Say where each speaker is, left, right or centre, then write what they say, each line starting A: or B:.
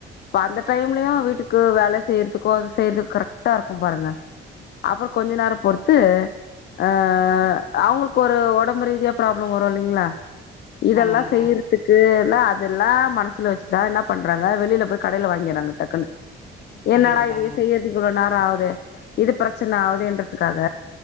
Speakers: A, on the left; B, on the left.
A: இப்ப அந்த டைம்லயு வீட்டுக்கு வேலை செய்யறதுக்கோ அது செய்யறது கரெக்டா இருக்கும் பாருங்க அப்புற கொஞ்ச நேர பொறுத்து ஆ அவுங்களுக்கு ஒரு உடம்பு ரீதியா ப்ராப்ளம் வரு இல்லைங்களா இதெல்லா
B: ஆமாங்க
A: செய்யறதுக்கு லா இதெல்லா மனசுல வெச்சுதா என்ன பண்றாங்க வெளில போய் கடையில வாங்கிறாங்க டக்குன்னு
B: கரெக்டு
A: என்னடா இது
B: தாங்க
A: செய்றக்கு இவ்வளவு நேரம் ஆகுது இது பிரச்சனை ஆகுதேன்றதுக்காக